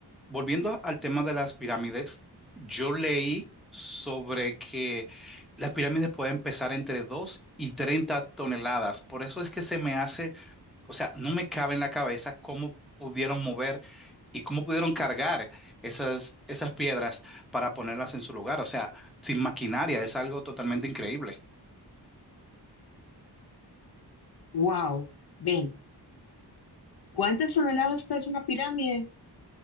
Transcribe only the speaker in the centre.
Volviendo al tema de las pirámides, yo leí sobre que las pirámides pueden pesar entre 2 y 30 toneladas. Por eso es que se me hace, o sea, no me cabe en la cabeza cómo pudieron mover y cómo pudieron cargar esas, esas piedras para ponerlas en su lugar. O sea, sin maquinaria, es algo totalmente increíble.